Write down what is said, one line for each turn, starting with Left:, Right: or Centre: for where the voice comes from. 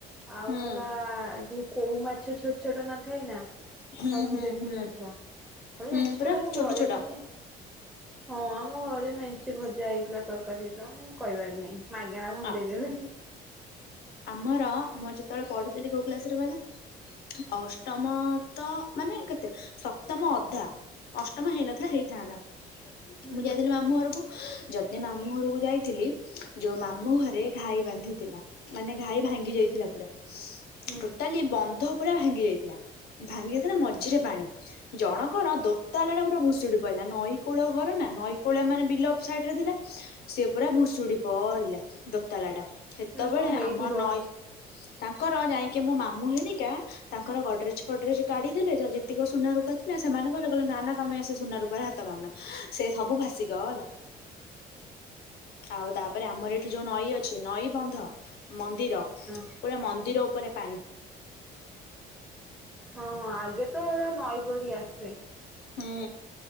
Centre: ଆଉ
Left: ହୁଁ
Centre: ହେଲା ଯୋଉ କୋଉ ମାଛ ଛୋଟ ଛୋଟ ନଥାଏ ନା। ସବୁ
Left: ହୁଁ ହୁଁ
Centre: ଦେଶୀ
Left: ହୁଁ
Centre: ମାଛ ଖାଲି
Left: ହୁଁ
Centre: ମେଚି
Left: ପୁରା
Centre: ପିଲ ଆମ
Left: ଛୋଟ
Centre: ଘରେ
Left: ଛୋଟ
Centre: ମାନେ ହଁ ଆମ ଘରେ ମେଞ୍ଚି ଭଜା ହେଇଥିଲା ତରକାରୀ ହେଇଥିଲା ମାନେ କହିବାର ନାହିଁ ମାଗଣା ମୁ
Left: ଆ
Centre: ଦେଇଦେଲି।
Left: ଆମର ଆମର ଯେତେବେଳେ ପଢ଼ୁଥିଲି କୋଉ କ୍ଲାସରେ କହିଲ ଅଷ୍ଟମ ତ ମାନେ କେତେ ସପ୍ତମ ଅଧା ଅଷ୍ଟମ ହେଇନଥିଲା ହେଇଥାନ୍ତା।
Centre: ହୁଁ
Left: ମୁଁ ଯାଇଥିଲି ମାମୁଁ ଘରକୁ ଯଦି ମାମୁଁ ଘରକୁ ଯାଇଥିଲି ଯୋଉ ମା ମୁ ଘରେ ଘାଇ ବାନ୍ଧିଥିଲା ମାନେ ଘାଇ ଭାଙ୍ଗି ଯାଇଥିଲା ପୁରା।
Centre: ହୁଁ
Left: ଟୋଟାଲି ବନ୍ଧ ପୁରା ଭାଙ୍ଗି ଯାଇଥିଲା ଭାଙ୍ଗି ଯାଇଥିଲା
Centre: ହୁଁ
Left: ମଝିରେ ପାଣି। ଜଣଙ୍କର ଦୋତାଲାଟେ ପୁରା ଭୁସିଡ଼ି ପଇଲା ନଈକୂଳ ଘର ନା ନଈକୂଳ ମାନେ ବିଲ ସାଇଡ଼ ରେ ଥିଲା। ସିଏ ପୁରା ଭୁଷୁଡ଼ି ପଇଲା ଦୋତାଲାଟା ସେତେବେଳେ
Centre: ହୁଁ କଣ ହେଇଥିବ
Left: ଆମ ନଈ ତାଙ୍କର ଯାଇଙ୍କି ମୋ ମାମୁଁ ହେରିକା ତାଙ୍କର ଗଡ୍ରେଜ ଫଡରେଜ କାଢ଼ିଦେଲେ ଯ ଯେତିକ ସୁନା ରୂପା ଥିଲା ସେମାନେ କହିଲେ କହିଲେ ନା ନା ତମେ ସେ ସୁନା ରୂପାରେ ହା ତ ମାନା ସେ ସବୁ ଭାଷି ଗଲା। ଆଉ ତାପରେ ଆମର ଏ ଥି ଯୋଉ ନଈ ଅଛି ନଈ ବନ୍ଧ ମନ୍ଦିର
Centre: ହଁ
Left: ପୁରା ମନ୍ଦିର ଓପରେ ପାଣି।
Centre: ହଁ ହଁ ଆଗେ ତ ତା ନଈ ବଢ଼ି ଆସେ।
Left: ହୁଁ।